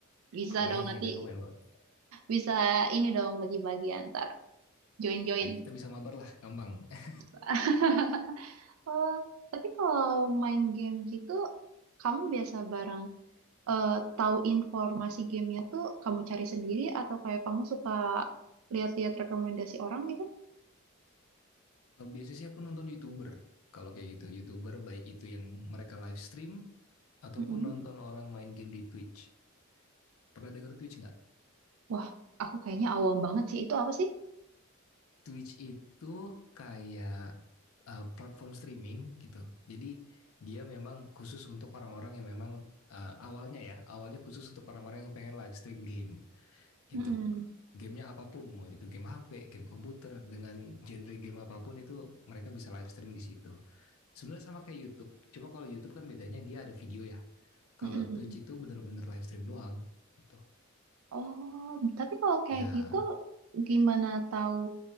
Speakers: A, on the right; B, on the left.
A: Bisa
B: main
A: dong nanti
B: aku main PUBG.
A: bisa ini dong bagi-bagi antar join-join.
B: Ya kita bisa mabar lah, gampang. Eh,
A: <laughs> Oh, tapi kalau main game gitu, kamu biasa bareng eh, tahu informasi gamenya tuh kamu cari sendiri atau kayak kamu suka lihat-lihat rekomendasi orang gitu?
B: eh, biasanya sih aku nonton youtuber, kalau kayak gitu youtuber baik itu yang mereka live stream ataupun
A: Mm-mm.
B: nonton orang main game di Twitch. Pernah denger Twitch nggak?
A: Wah, aku kayaknya awam banget sih. Itu apa sih?
B: Twitch itu kayak uh, platform streaming gitu. Jadi dia memang khusus untuk orang-orang yang memang uh, awalnya ya, awalnya khusus untuk orang-orang yang pengen live stream game gitu
A: Mm-mm.
B: gamenya apapun mau itu game HP game komputer dengan genre game apapun itu mereka bisa live stream di situ sebenarnya sama kayak YouTube cuma kalau YouTube kan bedanya dia ada video ya kalau
A: Mm-mm.
B: Twitch itu benar-benar live stream doang gitu
A: Oh, tapi kalau kayak
B: ya
A: gitu, gimana tahu?